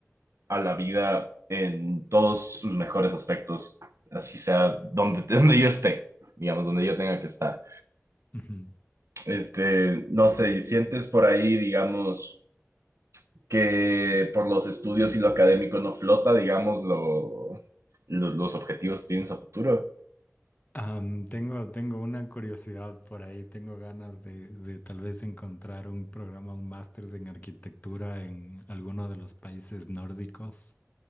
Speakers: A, on the right; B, on the left.
A: a la vida en todos sus mejores aspectos, así sea donde, <laughs> donde yo esté, digamos, donde yo tenga que estar.
B: Ujú.
A: Este, no sé, y sientes por ahí, digamos, que por los estudios y lo académico no flota, digamos, lo, lo- los objetivos que tienes a futuro.
B: Am, tengo, tengo una curiosidad por ahí, tengo ganas de, de tal vez encontrar un programa, un máster en arquitectura en alguno de los países nórdicos.